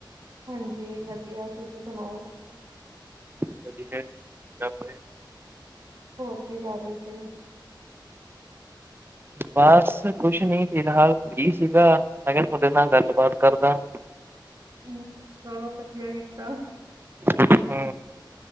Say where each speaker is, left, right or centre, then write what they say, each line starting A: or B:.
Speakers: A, on the right (about 50°); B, on the right (about 25°).
A: ਹਾਂਜੀ ਵਧੀਆ ਤੁਸੀਂ ਸੁਣਾਓ।
B: <inaudible>
A: ਹੋਰ ਕੀ ਕਰ ਰੇ ਸੀ?
B: ਬਾਸ ਕੁਛ ਨੀ ਫਿਲਹਾਲ ਫ੍ਰੀ ਸੀਗਾ। ਅਗਰ ਥੋਡੇ ਨਾਲ ਗੱਲਬਾਤ ਕਰਦਾ।
A: ਹੂੰ ਚਲੋ ਵਧੀਆ ਕੀਤਾ।
B: ਹੂੰ